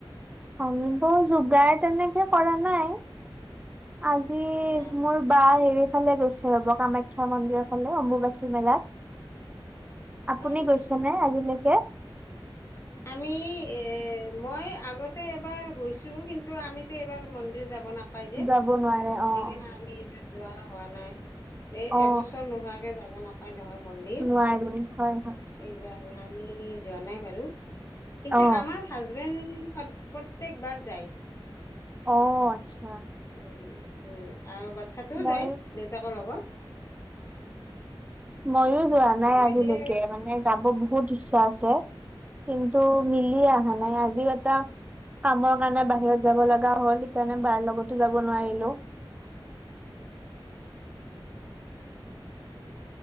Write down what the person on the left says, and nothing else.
অ অ
হয় নেকি
আমি এই মই আগতে এবাৰ গৈছোঁ কিন্তু আমিতো এইবাৰ মন্দিৰ যাব না পায় যে
সেই
কাৰনে আমি ইমান যোৱা হোৱা নাই, এই
এবছৰ নোহোৱাকে যাব নাপ পাই নহয় মন্দিৰ
সেইকাৰণে আমি যোৱা নাই বাৰু। কিন্তু
আমাৰ হাজবেণ্ড সদ প্ৰত্যেক বাৰ যায়।
উম, উম, আৰু বাচ্ছাটোও
যায় দেউতাকৰ লগত।
উম
মই
সেই